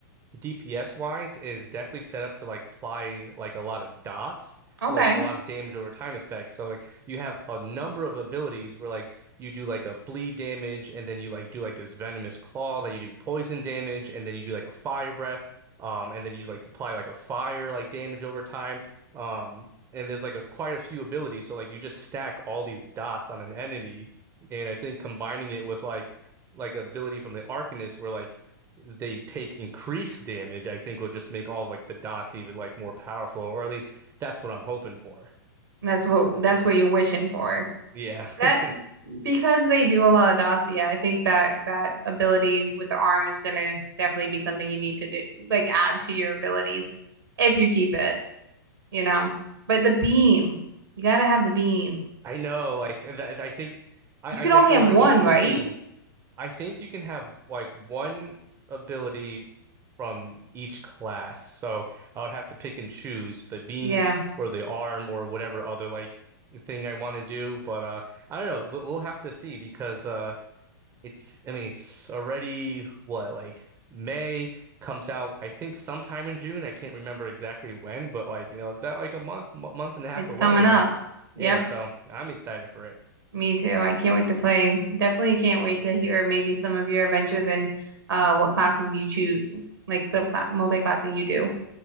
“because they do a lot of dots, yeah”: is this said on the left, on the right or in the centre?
Right